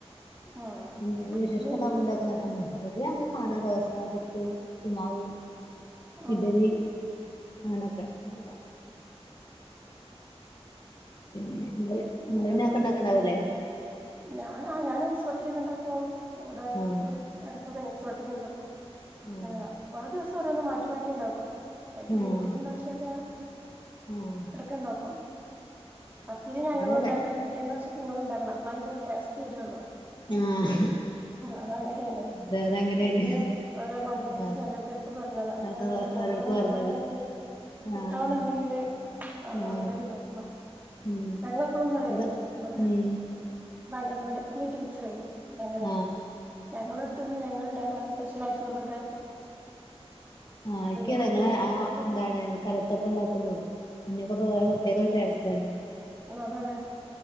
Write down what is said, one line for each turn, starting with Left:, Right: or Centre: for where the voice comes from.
Right: ആഹ്
Left: എന്തേലും
Right: വീട്ടില്
Left: വിശേഷക്കോ ഉണ്ടാവുമ്പ വെക്കുന്നല്ലാതെ. ഇവിടെ ങ്ങൾ സാധാ ദോശ, പിട്ട്. ഉപ്പുമാവ്,
Right: ആഹ്
Left: ഇഡലി. അങ്ങനൊക്കെ ഇങ്ങള് ഉണ്ടാകൂ. പിന്നെ ന്ത്
Right: എന്താ
Left: നിങ്ങൾ അതൊക്കെ <unintelligible>
Right: ഞാനാ ഞാൻ നൈസ് പത്തിരിക്കെ ണ്ടാകും. ഇവിടെ
Left: ആഹ്
Right: ഇടകക്കോ നൈസ് പത്തിരിക്കെ ഉണ്ടാകും.
Left: ആഹ്
Right: ങ്ങാ ഓരോ ദിവസം ഓരോ മാറ്റി മാറ്റി ണ്ടാകും. ഇഡലി,
Left: ആഹ്
Right: ദോശക്കെ
Left: ആഹ്
Right: ഇടക്ക്ണ്ടാകും പത്തിരി ഞങ്ങളുണ്ടാകും
Left: ഇവിടെ അതെ
Right: ഇഡലി ദോശ ങ്ങളുണ്ടാക്കണം അപ്പളാ അയിന്റെരു ടേസ്റ്റ് വരുള്ളൂ
Left: ആഹ്
Right: അതാ ങ്ങനേണ്.
Left: അതെ അതങ്ങനെയാണ്
Right: എന്തിനു ഓരോ കൊമ്പനീഷൻ
Left: ആഹ്
Right: ഓരോരുത്തരക്ക് പറഞ്ഞതാ അയിന്റെ
Left: അത്
Right: ഓരോ ഫ്ലെവര്
Left: ഓരോർക്ക്
Right: മുഴുവനായിട്ട്.
Left: പറഞ്ഞത്
Right: കിട്ടോ
Left: ആഹ്
Right: ന്ന് ണ്ടങ്കിൽ അത്
Left: ആഹ്
Right: അവനാൻ ഉണ്ടാകണം.
Left: ഉം
Right: ഞങ്ങളെപ്പളും പറിംഴും
Left: ഇവിടെ
Right: ഇവിടെ
Left: ഉം
Right: ഇവിടെ അംഗലവാടി ടീച്ചർ അങ്ങനെണ്
Left: ആഹ്
Right: ഞങ്ങളെടുത്തിന്. ഞങ്ങൾ ണ്ടാക്കണത് സ് പെശാലയിട്ട്ഉള്ളതൊക്കെ.
Left: ആ ഇക്ക
Right: ഞാനും
Left: അത്
Right: എന്തെങ്കിലുമൊക്കെ
Left: ആ കലത്തപ്പം ണ്ടാകലും. ഉണ്ണിയപ്പൊക്കെ ഒരു പ്രതീക ടെസ്റ്റാണ്.
Right: ഓ അതണ്